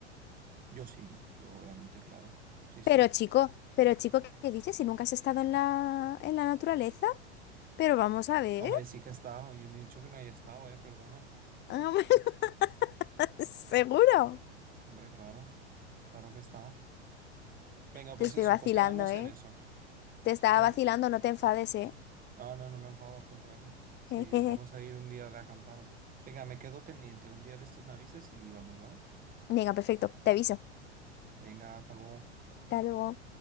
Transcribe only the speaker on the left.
Pero chico, pero chico, ¿qué qué dices? Si nunca has estado en la, en la naturaleza, pero vamos a ver.
<laughs> Seguro.
Te
estoy
vacilando,
¿eh?
Te estaba
vacilando, no te enfades, ¿eh?
<laughs>
Venga, perfecto, te aviso.
Hasta luego.